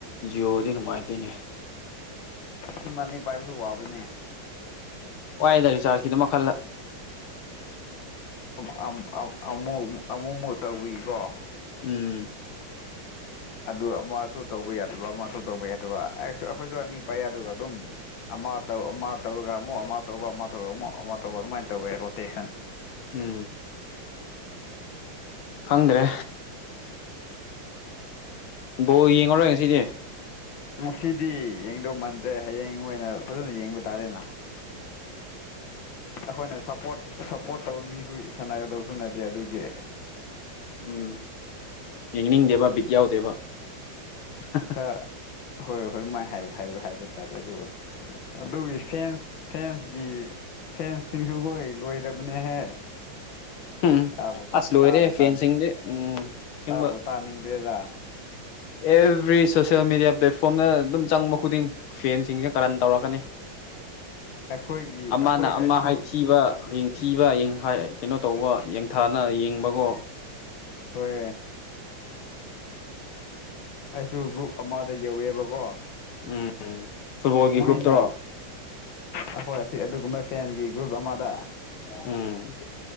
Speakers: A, on the left; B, on the left.
A: ꯖꯤꯑꯣꯗꯤ ꯅꯨꯡꯉꯥꯏꯇꯦꯅꯦ꯫
B: ꯁꯤꯃ ꯑꯅꯤ ꯄꯥꯏꯕꯁꯨ ꯋꯥꯕꯅꯦ꯫
A: ꯋꯥꯏꯗ ꯔꯤꯆꯆꯥꯔꯖꯀꯤꯗꯝꯛ ꯈꯜꯂꯥ꯫
B: <unintelligible> ꯑꯃꯨꯃꯨꯛ ꯇꯧꯕꯋꯤꯀꯣ
A: ꯎꯝ꯫
B: ꯑꯗꯨ ꯑꯃꯁꯨ ꯇꯧꯕ ꯌꯥꯗꯕ ꯑꯃꯁꯨ ꯇꯧꯕ ꯌꯥꯗꯕ ꯑꯩꯁꯨ ꯑꯩꯈꯣꯏꯁꯨ ꯑꯅꯤ ꯄꯥꯏ ꯑꯗꯨꯒ ꯑꯗꯨꯝ ꯑꯃ ꯇꯧ ꯑꯃ ꯇꯧꯔꯒ ꯑꯃꯨꯛ ꯑꯃ ꯇꯧꯕ ꯑꯃ ꯇꯧꯔꯒ ꯑꯃꯨꯛ ꯑꯃ ꯇꯧꯕ ꯑꯗꯨꯃꯥꯏꯅ ꯇꯧꯋꯦ ꯔꯣꯇꯦꯁꯟ꯫
A: ꯎꯝ꯫ ꯈꯪꯗ꯭ꯔꯦ꯫ ꯕꯣꯜ ꯌꯦꯡꯉꯔꯣꯏ ꯉꯁꯤꯗꯤ꯫
B: ꯉꯁꯤꯗꯤ ꯌꯦꯡꯗꯧ ꯃꯥꯟꯗ꯭ꯔꯦ ꯍꯌꯦꯡ ꯑꯣꯏꯅ ꯐꯖꯅ ꯌꯦꯡꯕ ꯇꯥꯔꯦꯅ꯫ ꯑꯈꯣꯏꯅ ꯁꯞꯄꯣꯔꯠ ꯁꯞꯄꯣꯔꯠ ꯇꯧꯕ ꯃꯤꯁꯨ ꯁꯥꯟꯅꯒꯗꯕꯁꯨ ꯅꯠꯇꯦ ꯑꯗꯨꯒꯤ꯫
A: ꯎꯝ ꯌꯦꯡꯅꯤꯡꯗꯦꯕ ꯕꯤꯠ ꯌꯥꯎꯗꯦꯕ ꯍꯥꯍꯥ꯫
B: ꯈ꯭ꯔꯥ ꯍꯣꯏ ꯍꯣꯏ ꯃꯥꯏ ꯍꯥꯏꯕ ꯇꯥꯔꯦ ꯑꯗꯨ ꯑꯗꯨꯒꯤ ꯐꯦꯟꯁ ꯐꯦꯟꯁꯒꯤ ꯐꯦꯟꯁꯁꯤꯡꯁꯨ ꯍꯣꯏ ꯂꯣꯏꯔꯕꯅꯦꯍꯦ꯫
A: ꯎꯝ
B: ꯇꯥꯕꯨ ꯇꯥ
A: ꯑꯁ ꯂꯣꯏꯔꯦ
B: ꯇꯥꯕꯨ ꯇꯥꯟ
A: ꯐꯦꯟꯁꯤꯡꯗꯤ ꯎꯝ ꯑꯁꯦꯡꯕ꯫
B: ꯇꯥꯕꯨ ꯇꯥꯅꯤꯡꯗ꯭ꯔꯦꯗ꯫
A: ꯑꯦꯚ꯭ꯔꯤ ꯁꯣꯁꯦꯜ ꯃꯦꯗꯤꯌꯥ ꯄ꯭ꯂꯦꯠꯐꯣꯝꯗ ꯑꯗꯨꯝ ꯆꯪꯕ ꯈꯨꯗꯤꯡ ꯐꯦꯟꯁꯤꯡꯁꯦ ꯀꯔꯟ ꯇꯧꯔꯛꯀꯅꯤ꯫
B: ꯑꯩꯈꯣꯏꯒꯤ
A: ꯑꯃꯅ
B: ꯑꯩꯈꯣꯏ ꯑꯩꯁꯨ
A: ꯑꯃ ꯍꯥꯏꯊꯤꯕ ꯍꯌꯦꯡ ꯊꯤꯕ ꯌꯦꯡꯍꯩ ꯀꯩꯅꯣ ꯇꯧꯕ ꯌꯦꯡꯊꯥꯅ ꯌꯦꯡꯕꯀꯣ꯫
B: ꯍꯣꯏ꯫ ꯑꯩꯁꯨ ꯒ꯭ꯔꯨꯞ ꯑꯃꯗ ꯌꯧꯋꯦꯕꯀꯣ
A: ꯎꯝ ꯐꯨꯠꯕꯣꯜꯒꯤ
B: ꯃꯣꯏꯅ
A: ꯒ꯭ꯔꯨꯞꯇꯔꯣ
B: ꯑꯩꯈꯣꯏ ꯑꯁꯤ ꯑꯗꯨꯒꯨꯝꯕ ꯐꯦꯟꯒꯤ ꯒ꯭ꯔꯨꯞ ꯑꯃꯗ꯫
A: ꯎꯝ꯫